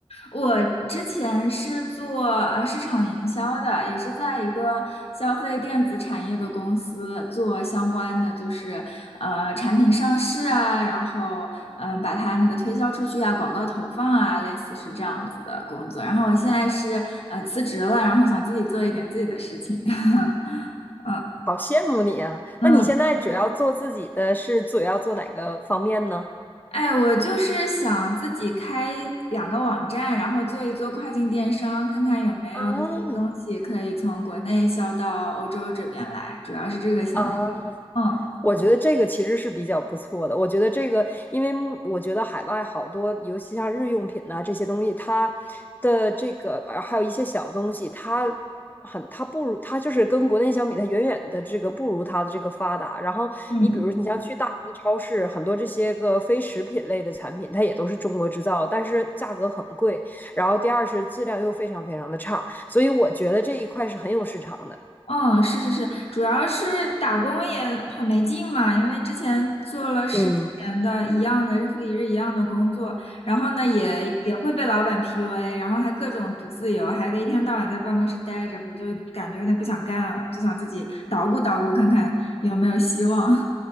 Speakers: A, on the left; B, on the left.
A: 我之前是做呃市场营销的，也是在一个消费电子产业的公司做相关的，就是呃产品上市啊，然后嗯、呃把它那个推销出去啊，广告投放啊，类似是这样子的工作。然后我现在是呃辞职了，然后想自己做一点自己的事情。<laughs>
B: 好羡慕你啊！
A: 嗯
B: 那你现在主要做自己的是主要做哪个方面呢？
A: 哎，我就是想自己开两个网站，然后做一做跨境电商，看看有没有一些东西可以从国内销到欧洲这边来，
B: 啊
A: 主要是这个想法。
B: 啊！
A: 嗯。
B: 我觉得这个其实是比较不错的。我觉得这个，因为我觉得海外好多，尤其像日用品呐、这些东西，它的这个呃还有一些小东西，它很它不如它就是跟国内相比，它远远的这个不如它的这个发达。然后你比如你像去大型的超市，
A: 嗯
B: 很多这些个非食品类的产品，它也都是中国制造，但是价格很贵，然后第二是质量又非常非常的差，所以我觉得这一块是很有市场的。
A: 嗯，是是是，主要是打工也很没劲嘛，因为之前做了十几年的一样的日复一日一样的工作，
B: 嗯
A: 然后呢也也会被老板 PUA，然后还各种不自由，还得一天到晚在办公室待着，我就感觉有点不想干了，就想自己捣鼓捣鼓看看有没有希望。<laughs>